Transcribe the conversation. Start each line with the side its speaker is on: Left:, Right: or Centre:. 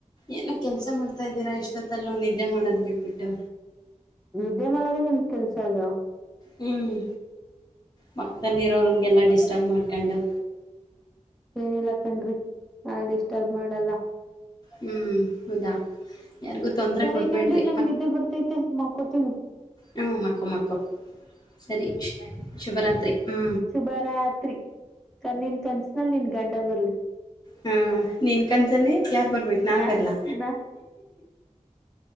Left: ಏನು ಕೆಲ್ಸ ಮಾಡ್ತ ಇದೀರಾ ಇಷ್ಟೊತ್ತಲ್ ನಿದ್ದೆ ಮಾಡೋದ್ ಬಿಟ್ಬಿಟ್ಟು.
Centre: ನಿದ್ದೆ ಮಾಡದ ನಮ ಕೆಲ್ಸ ಅಲ್ವಾ.
Left: ಹ್ಮ್ ಪಕ್ಕದಲ್ಲಿರೋಗೆಲ್ಲ ಡಿಸ್ಟರ್ಬ್ ಮಾಡ್ಕೊಂಡು.
Centre: ಏನಿಲ್ಲ ಕಣ್ರಿ ನಾ ಡಿಸ್ಟರ್ಬ್ ಮಾಡಲ್ಲ.
Left: ಹ್ಮ್ ಹೌದಾ. ಯಾರಿಗೂ ತೊಂದರೆ
Centre: ಸರಿ
Left: ಕೊಡಬೇಡ್ರಿ
Centre: ಕಣ್ರಿ ನಂಗ ನಿದ್ದೆ ಬರ್ತೈತೆ ಮಕೋತೀನಿ.
Left: ಹಾ ಮಕ್ಕೊ ಮಕ್ಕೋ ಸರಿ ಶು ಶುಭರಾತ್ರಿ. ಹ್ಞೂ
Centre: ಶುಭ ರಾತ್ರಿ ಕಣ್ಣನ್ ಕನ್ಸನಲ್ಲಿ ನಿನ್ ಗಂಡಗುರ್ಲಿ.
Left: ಹ್ಮ ನೀನ್ ಕನ್ಸಲ್ಲ ಯಾರ್ ಬರ್ಬೇಕು ನಾನ್
Centre: ನಾ
Left: ಬರ್ಲಾ.
Centre: ನಾ